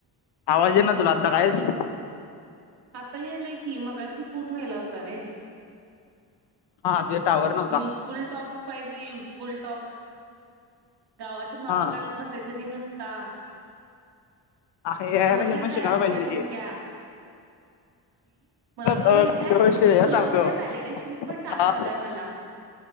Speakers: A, on the left; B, on the right.
A: आवाज आहे ना तुला आता कायच
B: आता येलय की मग अशी पूर्ण केला होत रे
A: हावर <inaudible>
B: युजफुल टॉक्स पाहिजे युज फुलटॉक्स गावाच माप
A: हा.
B: काढात बसायचं नाही नुसता
A: आहे यायला
B: समजला
A: हे पण
B: काय
A: शिकायला
B: अमक्या
A: पाहिजे की
B: टोमक्या मला तुला
A: अ
B: माहित आहे
A: श्रेया
B: तुला
A: सांगतो
B: माहित आहे व्हॅलिडेशनचा पण टास्क
A: हा
B: आलाय मला